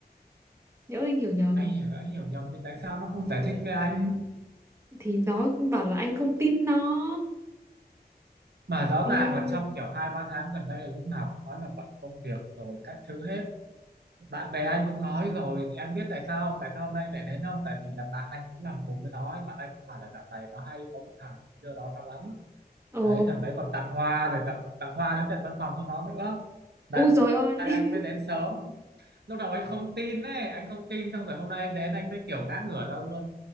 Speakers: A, on the right; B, on the right.
A: Nhỡ anh hiểu nhầm
B: anh hiểu anh hiểu nhầm thì tại sao nó không giải thích với anh
A: thì nó bảo là anh không tin nó.
B: mà rõ
A: Ý-
B: ràng là trong kiểu hai ba tháng gần đây là lúc nào cũng nói là bận công việc rồi các thứ hết bạn bè anh cũng nói rồi em biết tại sao không tại sao hôm nay lại đến không tại vì là bạn anh cũng làm cùng với nó ấy. bạn anh cũng bảo là dạo này nó hay có một thằng đưa đó nó lắm
A: Ồ,
B: đấy thằng đấy còn tặng hoa rồi tặng tặng hoa đến tận văn phòng cho nó nữa đấy
A: ôi trời ơi.
B: anh
A: <laughs>
B: mới đến sớm lúc đầu anh không tin ấy anh không tin xong rồi hôm nay anh đến anh mới kiểu ngã ngửa ra luôn